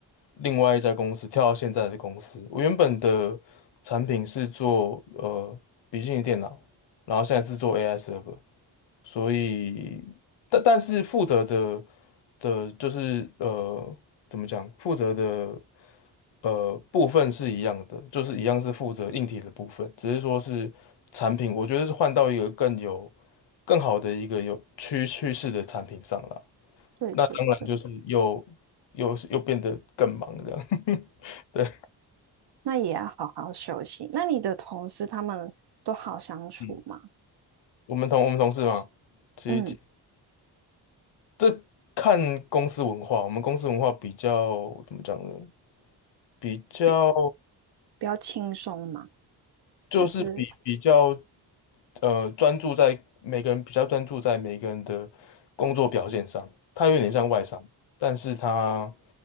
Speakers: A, on the left; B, on the right.
A: 另外一家公司跳到现在的公司，我原本的产品是做呃笔记型电脑，然后现在是做 AI server。所以，但但是负责的的，就是呃，怎么讲？负责的呃部分是一样的，就是一样是负责硬体的部分，只是说是产品，我觉得是换到一个更有更好的一个有趋趋势的产品上了。
B: 对对对，
A: 那当然就是又又又变得更忙这样。<laughs> 对，
B: 那也要好好休息。那你的同事他们都好相处吗？
A: 嗯，我们同我们同事嘛，其实。
B: 嗯，
A: 这看公司文化，我们公司文化比较怎么讲呢？比较
B: 比比较轻松吗？
A: 就是比比较
B: 还是
A: 呃专注在每个人比较专注在每个人的工作表现上，它有点像外商，但是它